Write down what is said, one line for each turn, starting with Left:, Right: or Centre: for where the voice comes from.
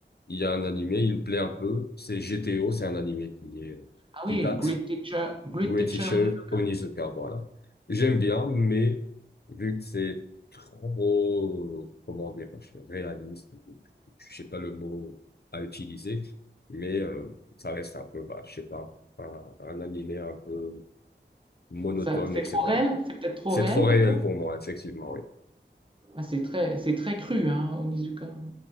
Left: il y a un animé, il me plaît un peu. C'est GTO, c'est un animé qui est,
Right: Ah
Left: qui
Right: oui,
Left: date
Right: Great Teacher, Great
Left: Great
Right: Teacher
Left: Teacher
Right: Onizuka.
Left: Onizuka, voilà. J'aime bien, mais vu que c'est trop, comment dire, je- réaliste, je sais pas le mot à utiliser, mais euh, ça reste un peu, bah, je sais pas, un, un animé un peu monotone,
Right: Ça, c'est
Left: etc.
Right: trop réel? C'est peut-être trop
Left: C'est
Right: réel
Left: trop réel
Right: pour toi?
Left: pour moi, effectivement, oui.
Right: Ah, c'est très, c'est très cru, hein, Onizuka.